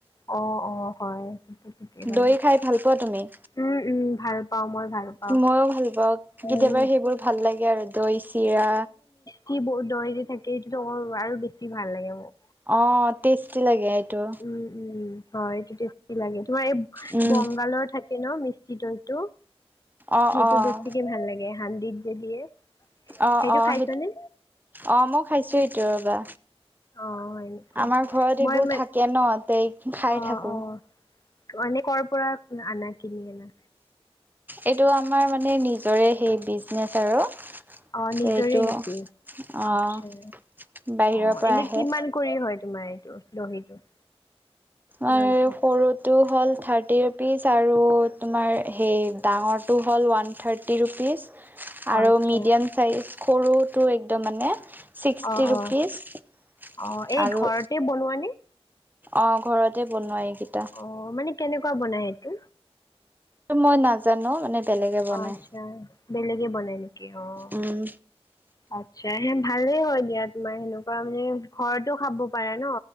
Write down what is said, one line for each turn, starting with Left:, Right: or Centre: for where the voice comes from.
Left: অ', অ' হয়। ঠিকেই ক'লা।
Right: দৈ খাই ভাল পোৱা তুমি?
Left: উম উম ভাল পাও মই। ভাল পাওঁ।
Right: মইও ভাল পাওঁ
Left: উম,
Right: কেতিয়াবা সেইবোৰ ভাল লাগে আৰু দৈ চিৰা।
Left: কি বহুত দৈ যে থাকে সেইটোতো বৰ ভাল, আৰু বেছি ভাল লাগে মোৰ।
Right: অ' টেষ্টি লাগে। এইটো
Left: উম, উম হয় এইটো টেষ্টি লাগে তোমাৰ এই
Right: উম,
Left: বংগালত থাকে ন মিষ্টি দৈতটো,
Right: অ',
Left: সেইটো
Right: অ',
Left: বেছিকে ভাল লাগে হান্দিত ত দিয়ে,
Right: অ',
Left: সেইটো
Right: অ',
Left: খাইছ নে?
Right: অ' মই খাইছো এইটো ৰ'বা।
Left: অ', হয় নেকি
Right: আমাৰ ঘৰত
Left: মই
Right: এইবোৰ
Left: মানে
Right: থাকে ন, তেই খাই
Left: অ',
Right: থাকো।
Left: অ'। মানে ক'ৰ পৰা আনা, কিনি অনা।
Right: এইটো আমাৰ মানে নিজৰে সেই বিজনেছ আৰু।
Left: অ' নিজৰে
Right: ত' এইটো
Left: নেকি!
Right: অ'
Left: আচ্ছা
Right: বাহিৰৰ
Left: অ'
Right: পৰা
Left: এনে
Right: আহে।
Left: কিমান কৰি হয় তোমাৰ এইটো দহিটো
Right: এই
Left: দৈটো
Right: সৰুটো হ'ল থাৰ্টি ৰুপিচ আৰু তোমাৰ সেই ডাঙৰটো হ'ল ওৱান থাৰ্টি ৰুপীছ
Left: অ
Right: আৰু
Left: আচ্ছা
Right: মিডিয়াম চাইজ সৰুটো একদম মানে ছিক্সটি
Left: অ অ
Right: ৰুপিছ
Left: অ এই
Right: আৰু
Left: ঘৰতে বনোৱা নে?
Right: অ', ঘৰতে বনোৱা এইকিটা।
Left: অ', মানে কেনেকুৱা বনাই এইটো?
Right: মই নাজানো মানে বেলেগে বনাই।
Left: আচ্ছা বেলেগে বনাই নেকি অ'
Right: উম,
Left: আচ্ছা সে ভালেই হয় দিয়া তোমাৰ সেনেকুৱা মানে ঘৰতো খাব পাৰে ন?